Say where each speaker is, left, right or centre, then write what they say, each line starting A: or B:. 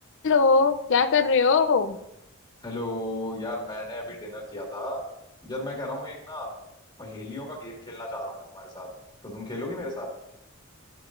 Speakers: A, on the left; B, on the left.
A: Hello क्या कर रहे हो
B: Hello यार मैंने अभी डिनर किया था यार मैं कह रहा हूँ एक ना पहेलियों का गेम खेलना चाह रहा हूँ मैं तुम्हारे साथ तो तुम खेलोगी मेरे साथ